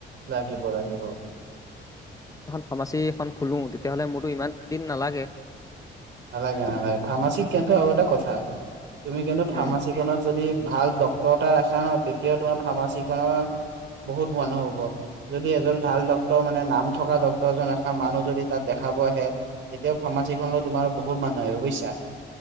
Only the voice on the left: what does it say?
ফৰ্মাচি এখন খোলোঁ তেতিয়াহ'লে মোৰতো ইমান দিন নালাগে।
উম